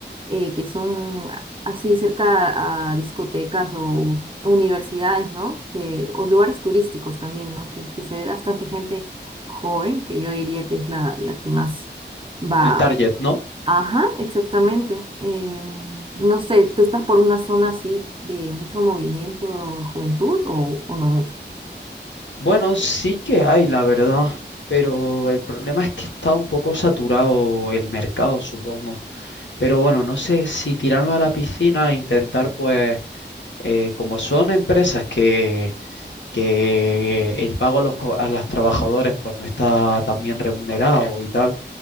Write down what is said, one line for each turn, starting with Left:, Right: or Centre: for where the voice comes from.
Right: eh, que son a- así cerca a discotecas o universidades, ¿no? Que, o lugares turísticos también, ¿no? Que, que se ve bastante gente joven, que yo diría que es la, la que más va.
Left: El target, ¿no?
Right: Ajá, exactamente. Eh, no sé, ¿tú estás por una zona así de mucho movimiento de juventud o, o no mucho?
Left: Bueno, sí que hay, la verdad, pero el problema es que está un poco saturado el mercado, supongo. Pero bueno, no sé si tirarme a la piscina e intentar, pues, eh, como son empresas que, que el pago a los, co- a los trabajadores, pues, no está tan bien remunerado y tal,